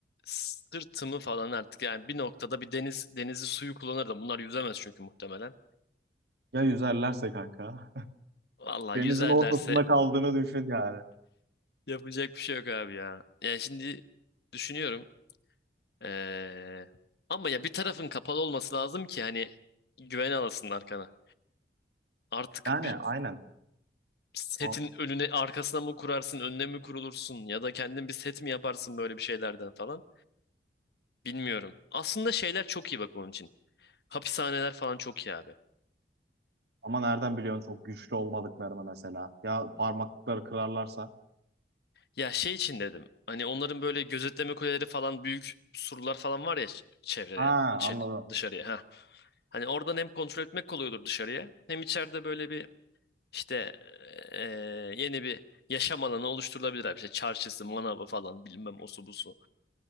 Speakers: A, on the left; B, on the right.
A: sırtımı falan artık yani bir noktada bir deniz denizi suyu kullanırdım. Bunlar yüzemez çünkü muhtemelen.
B: ya yüzerlerse kanka. <laughs>
A: Vallahi
B: Denizin
A: yüzerlerse
B: ortasında kaldığını düşün yani.
A: yapacak bir şey yok abi ya. Yani şimdi düşünüyorum. Ee, ama ya bir tarafın kapalı olması lazım ki hani güven alasın arkana. Artık
B: Yani
A: bir
B: aynen.
A: setin
B: A-
A: önüne arkasına mı kurarsın, önüne mi kurulursun ya da kendin bir set mi yaparsın böyle bir şeylerden falan. Bilmiyorum. Aslında şeyler çok iyi bak onun için. Hapishaneler falan çok iyi abi.
B: Ama nereden biliyorsun çok güçlü olmadıklarını mesela. Ya parmaklıkları kırarlarsa.
A: Ya şey için dedim. Hani onların böyle gözetleme kuleleri falan büyük surlar falan var ya ç- çevreleyen
B: Ha
A: içeri
B: anladım.
A: dışarıya ha. Hani oradan hem kontrol etmek kolay olur dışarıya hem içeride böyle bir işte eee, yeni bir yaşam alanı oluşturulabilir abi. İşte çarşısı, manavı falan bilmem osu busu.